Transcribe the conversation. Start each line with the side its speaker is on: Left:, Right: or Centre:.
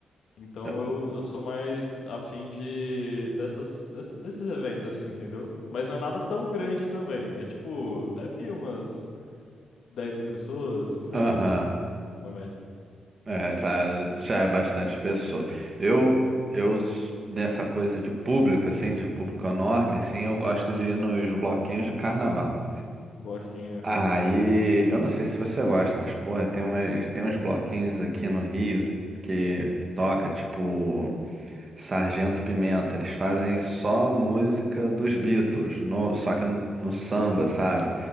Left: Então
Right: Ah,
Left: eu, eu sou mais afim de dessas, desse- desses eventos, assim, entendeu? Mas não é nada tão grande também. É tipo, deve ir umas 10 mil pessoas por
Right: Aham.
Left: aí, uma média.
Right: É, já, já é bastante pessoa. Eu, eu, s- nessa coisa de público, assim, de público enorme, assim, eu gosto de ir nos bloquinhos de carnaval.
Left: Bloquinho.
Right: Aí, eu não sei se você gosta, mas, porra, tem umas, tem uns bloquinhos aqui no Rio que toca, tipo. Sargento Pimenta, eles fazem só música dos Beatles, no- só que no samba, sabe?